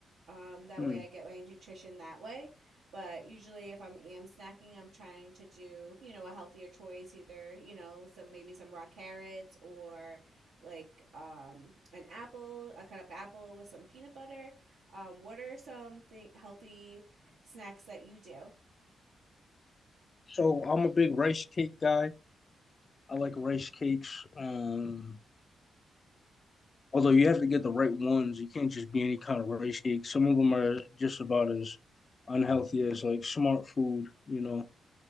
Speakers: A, on the right; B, on the left.
A: Um, that
B: Mm.
A: way, I get my nutrition that way. But usually, if I'm snacking, I'm trying to do you know a healthier choice, either you know some maybe some raw carrots or like um, an apple, a cut up apple with some peanut butter. Um, what are some th- healthy snacks that you do?
B: So I'm a big rice cake guy. I like rice cakes. Um, although you have to get the right ones. You can't just be any kind of rice cake. Some of them are just about as unhealthy as like smart food, you know.